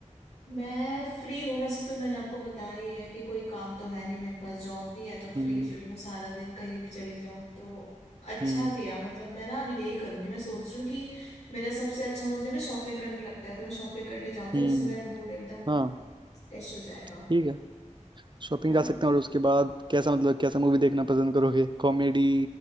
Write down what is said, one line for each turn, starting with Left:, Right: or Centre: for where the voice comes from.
Left: मैं फ्री हूँ वैसे तो मैंने आपको बताया ही है कि कोई काम तो है नहीं मेरे पास जॉब नहीं है तो फ्री
Right: हम्म
Left: फ्री हूँ सारा दिन कहीं भी चली जाऊँ तो अच्छा
Right: हम्म
Left: किया मतलब मैं ना अब यही करूंगी मैं सोच रही हूँ कि मेरा सबसे अच्छा मुझे ना शॉपिंग करने लगता है तो मैं शॉपिंग करने जाती
Right: हम्म
Left: हूँ उससे मेरा मूड एकदम
Right: हाँ
Left: फ्रेश हो जाएगा
Right: ठीक है शॉपिंग
Left: ना
Right: जा सकते हैं और उसके बाद कैसा मतलब कैसा मूवी देखना पसंद करोगे कॉमेडी